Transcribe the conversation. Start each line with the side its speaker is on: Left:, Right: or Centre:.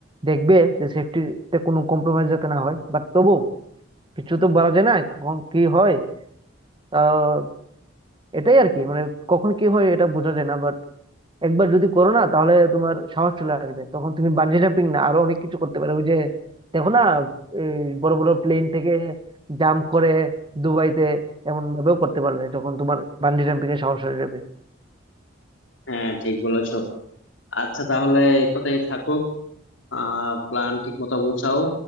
Right: দেখবে যে সেফটিতে কোনো কম্প্রোমাইজ যাতে না হয় বাট তবু কিছু তো বলা যায় না কখন কি হয় আহ এটাই আর কি মানে কখন কি হয় এটা বোঝা যায় না একবার যদি করো না তাহলে তোমার সাহস চলে আসবে তখন তুমি বানজি জাম্পিং না আরো অনেক কিছু করতে পারো ওই যে দেখো না এই বড় বড় প্লেন থেকে জাম্প করে দুবাইতে এমন ভাবেও করতে পারবে যখন তোমার বানজি জাম্পিং এর সাহস হয়ে যাবে
Left: হ্যাঁ ঠিক বলেছো আচ্ছা তাহলে এই কথাই থাকুক আহ প্ল্যান ঠিক মতো গুছাও